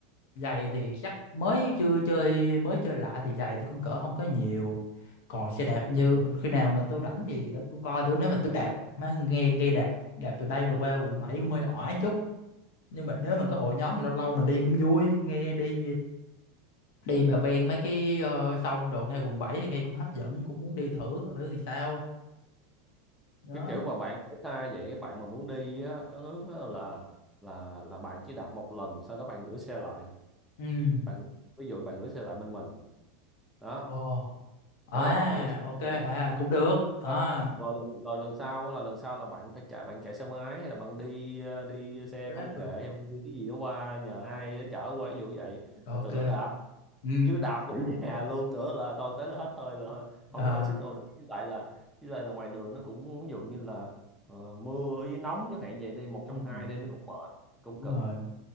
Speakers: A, on the left (about 65°); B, in the centre.
A: giày thì chắc mới chưa chơi mới chơi lại thì giày tôi cũng cỡ không có nhiều còn xe đạp như khi nào mà tôi rảnh thì để tôi coi thử nếu mà tôi đạp má nghe nghe đạp đạp từ đây mà qua quận 7 cũng hơi ỏi chút nhưng mà nếu mà có hội nhóm lâu lâu mình đi cũng vui nghe đi đi mà ven mấy cái ờ, sông đồ ngay quận bảy thì nghe cũng hấp dẫn cũng muốn đi thử coi thử thì sao đó
B: cái kiểu mà bạn ở xa vậy bạn mà muốn đi á, có nước á là là là bạn chỉ đạp một lần sau đó bạn gửi xe lại
A: ừ
B: bạn ví dụ bạn gửi xe lại bên mình đó
A: ồ à
B: hiểu không bạn gửi xe
A: ok
B: lại bên
A: à
B: mình
A: cũng được à
B: rồi rồi lần, rồi lần sau là lần sau là bạn phải chạy bạn chạy xe máy hay là bạn đi ờ, đi xe
A: rap
B: công nghệ hay đi cái gì đó qua nhờ ai đó chở qua ví dụ vậy là
A: ok
B: từ đó đạp
A: ừ
B: chứ đạp về <laughs> nhà luôn nữa là thôi tới là hết hơi là không
A: à
B: có hơi sức đâu với lại là với lại là ngoài đường nó cũng ví dụ như là ờ, mưa với nóng chẳng hạn vậy đi một trong
A: ừ
B: hai nên nó cũng mệt cũng
A: đúng
B: cực
A: rồi